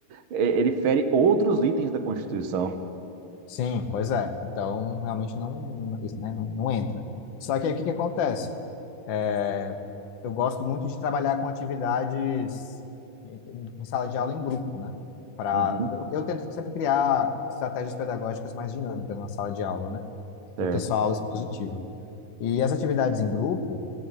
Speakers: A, on the right; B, on the left.
A: é, ele fere outros itens da Constituição.
B: sim, pois é. Então realmente não, isso, né, não, não entra. Só que aí o que que acontece? É, eu gosto muito de trabalhar com atividades em em sala de aula em grupo, né? Pra,
A: Uhum,
B: eu, eu tento sempre criar estratégias pedagógicas mais dinâmicas na sala de aula, né?
A: certo.
B: Do que só aula expositiva. E as atividades em grupo